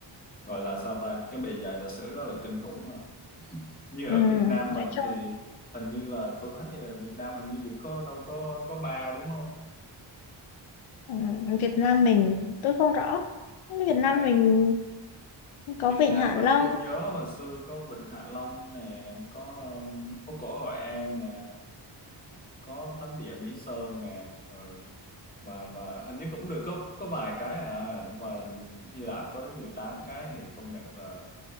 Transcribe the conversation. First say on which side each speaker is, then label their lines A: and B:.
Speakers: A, on the left (about 20°); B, on the left (about 80°).
A: gọi là sao ta cái bề dày lịch sử rất là kinh khủng mà Như
B: ừm,
A: ở Việt Nam
B: nói
A: mình
B: chung
A: thì hình như là tôi thấy ờ, Việt Nam hình như được có đâu có có ba đúng không?
B: ừm, Việt Nam mình tôi không rõ. Việt
A: Việt
B: Nam
A: Nam
B: mình có
A: Việt
B: Vịnh
A: Nam
B: Hạ
A: mình
B: Long
A: tôi nhớ hồi xưa có Vịnh Hạ Long nè, có um, phố cổ Hội An nè, có thánh địa Mỹ Sơn nè, ừ. mà mà hình như cũng được có có vài cái à, mà Hy Lạp có đến 18 cái thì công nhận là